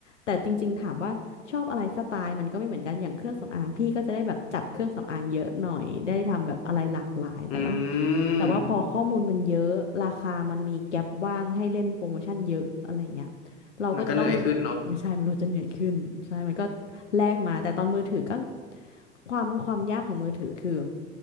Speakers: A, on the left; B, on the left.
A: แต่จริงๆถามว่าชอบอะไรสไตล์มันก็ไม่เหมือนกันอย่างเครื่องสำอางพี่ก็จะได้แบบจับเครื่องสำอางเยอะหน่อยได้ทำแบบอะไรหลากหลายแต่ต้อง
B: อืม
A: แต่ว่าพอข้อมูลมันเยอะราคามันมีแก็ปว่างให้เล่นโปรโมชั่นเยอะอะไรเงี้ยเราก็จะต้อง
B: มันก็เหนื่อยขึ้นเนาะ
A: ใช่มันเราจะเหนื่อยขึ้นใช่มันก็แลกมาแต่ตอนมือถือก็ความความยากของมือถือคือ